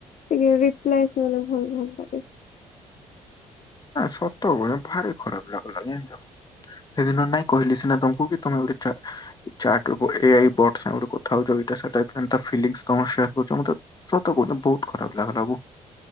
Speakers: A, on the left; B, on the left.
A: ଟିକେ ରପ୍ଲାଇ ମାନେ ଭଲ ଭଲ ଲାଗିସ୍।
B: ସତ କଥା ଭାରି ଖରାପ ଲାଗିଲ <unintelligible> ସେଦିନ ନାଇଁ କହିଲି ସିନା ତମକୁ କି ତମେ ଗୋଟେ ଚାଟ୍ ଏ ଆଇ ବଟସ୍ ସାଙ୍ଗରେ କଥା ହଉ <unintelligible> ଫିଲିଙ୍ଗିସ ତମର ସେୟାର <unintelligible> ସତ ବଧ ବହୁତ ଖରାପ ଲାଗଲାବୁ,